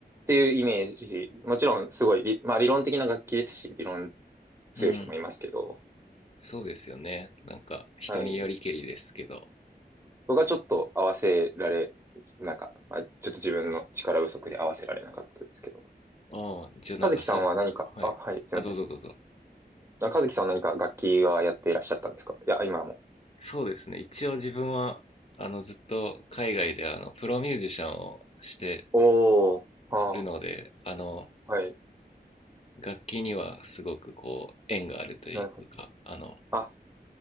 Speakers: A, on the right (about 15°); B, on the left (about 35°).
A: ていうイメージ。もちろん、すごい理、まあ理論的な楽器ですし、理論強い人もいますけど、
B: うん。そうですよね。なんか、人によりけりですけど。
A: はい。僕はちょっと合わせられ、なんか、まあ、ちょっと自分の力不足で合わせられなかったですけど。
B: ああ、じゃあなんかそ、
A: 和樹さんは何か、
B: はい。
A: あ、はい、すいません。
B: あ、どうぞどうぞ。
A: あ和樹さんは何か楽器はやっていらっしゃったんですかいや、今も。
B: そうですね。一応自分は、あの、ずっと海外で、あの、プロミュージシャンをして
A: おー、は
B: るので、あの、
A: あ、はい。
B: 楽器にはすごくこう、縁があるというか、
A: なるほど。
B: あの、
A: あ、